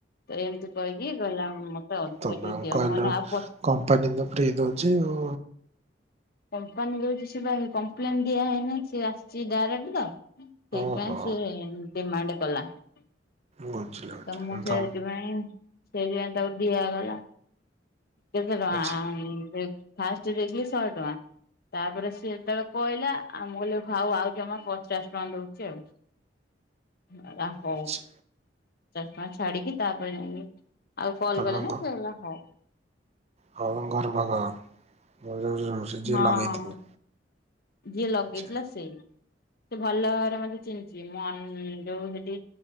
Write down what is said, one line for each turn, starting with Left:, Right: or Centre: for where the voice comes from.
Left: ତ ଏମିତି କହିକି କହିଲା ମତେ ଅଧିକ
Right: ତମେ
Left: ଟିକେ ଦିଅ
Right: କହିଲ
Left: ମୁଁ ଆଉ ପ
Right: କମ୍ପାନୀ ତ ଫ୍ରି ଦୋଉଛିି ଆଉ।
Left: କମ୍ପାନୀ ଦୋଉଛି ସେ ପା କମ୍ପ୍ଲେନ ଦିଆ ହେଇନି ସିଏ ଆସିଛି ଡାଇରେକ୍ଟ ତ। ସେଇଥିପାଇଁ
Right: ଓହୋ
Left: ସିଏ ଡିମାଣ୍ଡ କଲା। ତ
Right: ବୁଝିଲି ବୁଝିଲି
Left: ମୁଁ ସେଇଥିପାଇଁ
Right: ତମ
Left: ସେଇଥିପାଇଁ ତାକୁ ଦିଆଗଲା। କେତେ ଟଙ୍କା-ଆ-ଆ-ଆ-ମ୍
Right: ଆଚ୍ଛା
Left: ଫାଷ୍ଟ ଦେଇଥିଲି ଶହେ ଟଙ୍କା। ତାପରେ ସିଏ ଯେତେବେଳେ କହିଲା ଆଉ ମୁଁ କହିଲି ଆଉ ଜମା ପଚାଶ ଟଙ୍କା ଦୋଉଛି ଆଉ। କହିଲା ହୋଉ
Right: ଆଚ୍ଛା
Left: ପଞ୍ଚାଶ ଟଙ୍କା ଛାଡ଼ିକିି ତାପରେ ଯାଇକି ଆଉ କଲ୍
Right: ତମ
Left: କଲେନି
Right: ଘ
Left: ସେ କହିଲା ହଉ।
Right: ହଁ ହ ଘର ପାଖ ଭଲ ସେ ଜିଓ
Left: ହଁ।
Right: ଲଗେଇଥିଲେ।
Left: ଯିଏ ଲଗେଇଥିଲା
Right: ଆଚ୍ଛା
Left: ସେଇ ସେ ଭଲ ଭାବରେ ମତେ ଚିିହ୍ନିଚି। ମୁଁ ଅନ୍-ନ୍ ଯୋଉ ସେଇଠି